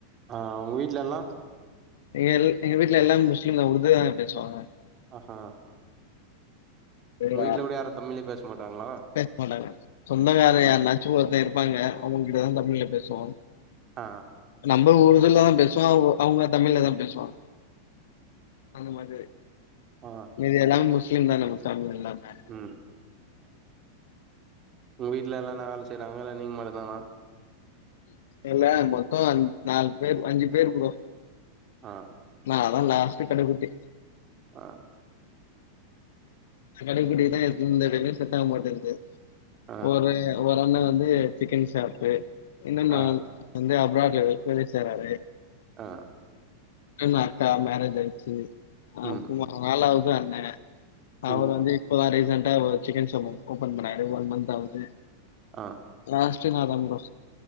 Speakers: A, on the right; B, on the left.
A: ஆ அவங்க வீட்ல எல்லா
B: எங்க எ எங்க வீட்ல எல்லாமே முஸ்லீம்தா உருது தா பேசுவாங்க
A: ஆஹா
B: சரி
A: உங்க
B: டா
A: வீட்ல கூட யாரு தமிழ்லே பேச மாட்டாங்களா
B: பேச மாட்டாக சொந்தக்கார
A: ஆ
B: யார்னா சூரத்த இருப்பாங்க அவங்ககிட்டதா தமிழ்ல பேசுவோ
A: ஆ
B: நம்ம ஊருதுல தா பேசுவோ அவ அவங்க தமிழ்லதா பேசுவாங்க அந்த மாதிரி
A: ஆ
B: இது எல்லாமே முஸ்லிம் தான நம்ம பேமிலில எல்லாமே
A: ம் உங்க வீட்ல எல்லா நல்லா வேல செய்றாங்க இல்ல நீங்க மட்டுதானா
B: இல்ல மொத்த அஞ் நாலு பேர் அஞ்சு பேர் ப்ரோ
A: ஆ
B: நா தா லாஸ்ட் கட குட்டி
A: ஆ
B: கடக்குட்டிக்கு தா எந்தஇதுமே செட்டாக மாட்டங்குது
A: ஆ
B: ஒரு ஒரு அண்ண வந்து சிக்கன் ஷாப்பு இன்னொன்ன
A: ஆ
B: <inaudible> வந்து அப்ராட்ல தொழில் செய்ராரு
A: ஆ
B: இன்னொன்னு அக்கா மேரேஜ் ஆய்டுச்சு ஆ
A: ம்
B: <inaudible> நாலாவது அண்ணே அவர்
A: ம்
B: வந்து இப்போதா ரீசன்டா ஒரு சிக்கன் ஷாப் ஒன்னு ஓபன் பண்ணாரு ஒன் மந்த் ஆவுது
A: ஆ
B: லாஸ்ட்டு நா தா ப்ரோ